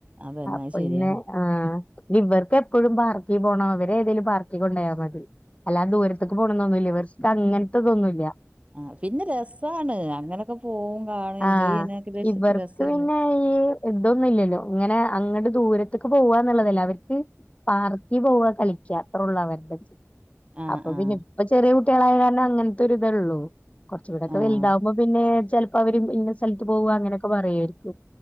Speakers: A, on the right; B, on the left.
A: അതന്നെ
B: അപ്പൊന്നെ
A: അത് ശരിയാണ്
B: ആഹ് ഇഞി ഇവർക്കെപ്പഴും പാർക്കി പോണം ഇവരെ ഏതേലും പാർക്കി കൊണ്ടോയ മതി അല്ലാ ദൂര്ത്ത്ക്ക് പോണന്നൊന്നില്ല ഇവർക്ക് അങ്ങൻത്തതൊന്നുല്ല
A: ആഹ് പിന്ന രസാണ് അങ്ങനൊക്കെ പോവും കാണും എൻജോയ്
B: ആഹ്
A: ചിയ്യ്ണൊക്കെ രസ
B: ഇവർക്ക്
A: രസല്ലേ
B: പിന്നെ ഈ ഇതൊന്നില്ലലൊ ഇങ്ങനെ അങ്ങ്ട്ട് ദൂരത്ത്ക്ക് പോവാന്നാള്ളതല്ലെ അവർക്ക് പാർക്കി പോവ കളിക്കാ അത്രൊള്ളു അവർക്
A: ആഹ്
B: അപ്പൊ
A: ആഹ്
B: പിന്നെ ഇപ്പ ചെറിയ കുട്ടീളായ കാര്ണം അങ്ങൻത്തൊരി ഇതൊള്ളു കൊറ്ച്ചൂടൊക്ക
A: ആഹ്
B: വല്താവുമ്പൊ പിന്നേ ചെൽപ്പൊ അവര് ഇന്ന സ്ഥൽത്ത് പോവ ഇങ്ങനൊക്ക പറയുവായിര്ക്കും